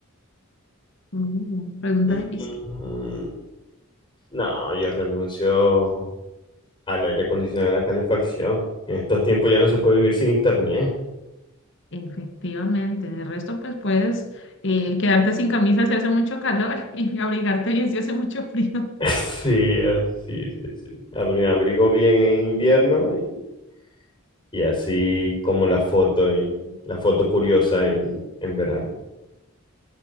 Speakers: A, on the left; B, on the left.
A: Mm, pregunta
B: Mm,
A: difícil.
B: mm, No, yo renuncio al aire acondicionado y la calefacción. En estos tiempos ya no se puede vivir sin internet.
A: Efectivamente, de resto pues puedes eh, quedarte sin camisa si hace mucho calor <laughs> y abrigarte bien si hace mucho frío.
B: <laughs> Sí, ah, sí, sí, sí. Abri- abrigo bien en invierno y, y así como la foto en la foto curiosa en, en verano.